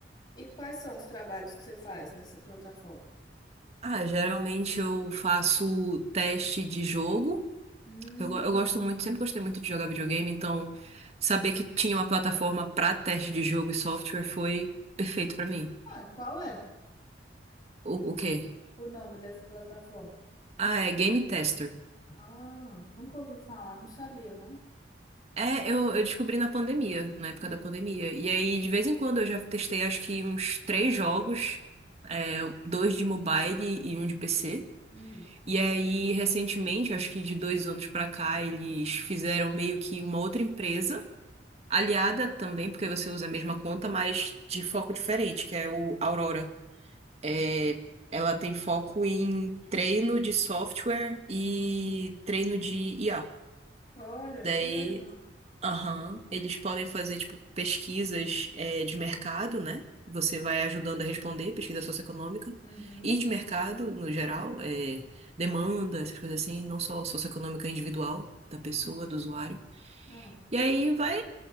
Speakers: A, on the left; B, on the right.
A: E quais são os trabalhos que você faz nessa plataforma?
B: Ah, geralmente eu faço teste de jogo.
A: Hum.
B: Eu, go- eu gosto muito, sempre gostei muito de jogar videogame, então saber que tinha uma plataforma pra teste de jogo e software foi perfeito pra mim.
A: Ah, e qual é?
B: O, o quê?
A: O nome dessa plataforma.
B: Ah, é Game Tester.
A: Ah, nunca ouvi falar, não sabia, não.
B: É, eu, eu descobri na pandemia, na época
A: Hum,
B: da pandemia. E aí, de vez em quando, eu já testei acho que uns três jogos, é, dois de mobile e um de PC.
A: hum.
B: E aí, recentemente, acho que de dois anos pra cá, eles fizeram meio que uma outra empresa, aliada também, porque você usa a mesma conta, mas de foco diferente, que é o Aurora. É, ela tem foco em treino de software e treino de IA.
A: Olha,
B: Daí
A: que legal.
B: Aham. Eles podem fazer, tipo, pesquisas, é, de mercado, né? Você vai ajudando a responder, pesquisa socioeconômica.
A: Uhum.
B: E de mercado, no geral, é, demanda, essas coisas assim, não só socioeconômica individual da pessoa, do usuário.
A: Ah,
B: E aí vai,